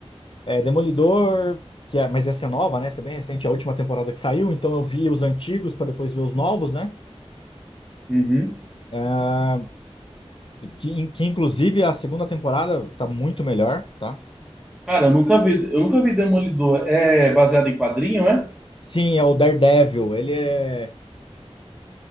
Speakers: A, on the left; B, in the centre.
A: é, Demolidor, que é, mas essa é nova, né? Essa é bem recente, é a última temporada que saiu. Então eu vi os antigos para depois ver os novos, né?
B: Uhum.
A: Ah, que, que inclusive a segunda temporada tá muito melhor, tá?
B: Cara, eu nunca vi, eu nunca vi Demolidor. É baseado em quadrinho, é?
A: Sim, é o Daredevil. Ele é,